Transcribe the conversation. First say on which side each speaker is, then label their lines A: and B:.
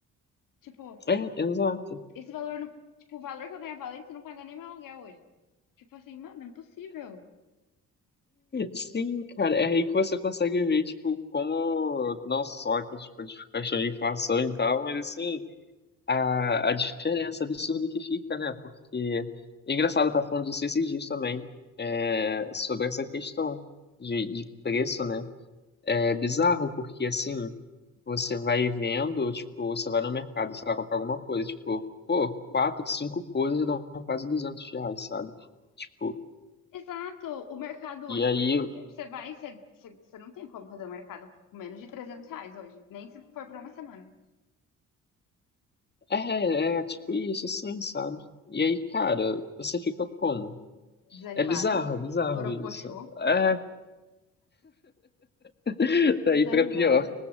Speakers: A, on the left; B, on the left.
A: Tipo,
B: É, exato.
A: esse valor. não- Tipo, o valor que eu ganhava antes não paga nem meu aluguel hoje. Tipo assim, mano, é impossível.
B: Sim, cara, é aí que você consegue ver, tipo, como não só que, tipo, de questão de inflação e tal, mas assim, a, a diferença absurda que fica, né? Porque é engraçado estar falando disso esses dias também, é, sobre essa questão de, de preço, né? É bizarro, porque assim, você vai vendo, tipo, você vai no mercado, sei lá, comprar alguma coisa, tipo, pô, quatro, cinco coisas dão quase 200 reais, sabe? Tipo,
A: Exato. O mercado
B: e
A: hoje,
B: aí
A: por exemplo, você vai, você, você, você não tem como fazer o mercado por menos de 300 reais hoje. Nem se for pra uma semana.
B: É, é é, tipo isso, assim, sabe? E aí, cara, você fica como?
A: Desanimado,
B: É bizarro, é bizarro
A: borocochô.
B: isso. É, <laughs> daí
A: Desanimado,
B: pra pior.